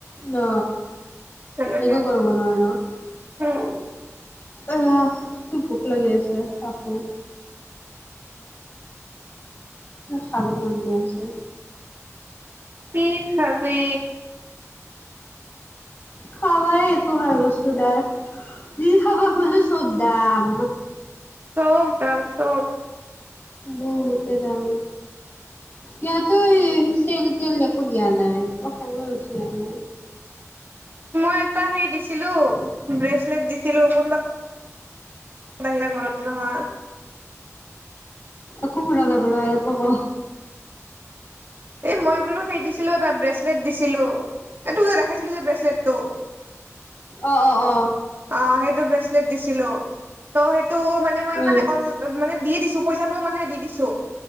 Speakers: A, on the left; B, on the right.
A: ন
B: সেনেকে
A: একো কৰব নোৱাৰয় ন
B: উম,
A: এয়া কি ভোক লাগি আছে আকৌ খাবু মন যায় আছে।
B: ঠিকিক আাবি
A: খাবাই একো ভাল বস্তু নাই যি খাবা খুজো চব দাম
B: হৌবা অ
A: বহুতে দাম ইয়াতো এই চেল তেল একো দিয়া নাই এক খয় উঠি আহে
B: মই এটা হেৰি দিছিলো ব্ৰেচলেট দিছিলো কোনব বাহৰা মৰা নহা
A: একো ফুৰা ল ব লিব ক
B: এ মই বোলো সেই দিছিলো এটা ব্ৰেচলেট দিছিলো এই তোক যে দেখাইছিলো যে ব্ৰেচলেটটো
A: অ অ অ
B: অ সেইটো দিছিলো ত সেই ত' মানে মই
A: উম
B: মানে মানে দিয়ে দিছো পইচাটো মানে দিছো